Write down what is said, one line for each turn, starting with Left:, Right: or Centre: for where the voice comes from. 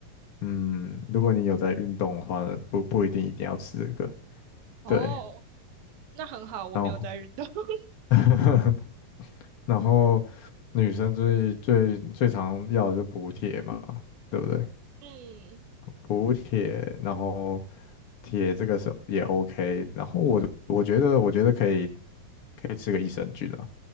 Left: 嗯，如果你有在运动的话呢，不不一定一定要吃这个，
Right: 哦，
Left: 对，
Right: 那很好，我没有在运动。
Left: 然后
Right: <laughs>
Left: <laughs> 然后女生最最最常要的就是补铁嘛，对不对？
Right: 嗯，
Left: 补铁，然后铁这个是也 OK，然后我我觉得我觉得可以可以吃个益生菌啊。